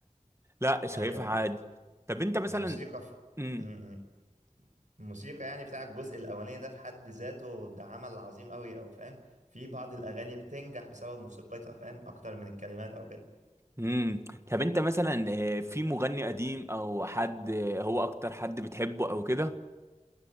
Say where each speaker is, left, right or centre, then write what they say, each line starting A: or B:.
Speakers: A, on the right; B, on the right.
A: لا شايفها
B: ايوه ايوه
A: عادي طب انت مثلا
B: الموسيقى في...
A: امم
B: امم الموسيقى يعني بتاع الجزء الاولاني ده في حد ذاته ده عمل عظيم قوي او فاهم في بعض الاغاني بتنجح بسبب موسيقتها فاهم اكتر من الكلمات او كده
A: امم طب انت مثلا آه، في مغني قديم او حد آه، هو اكتر حد بتحبه او كده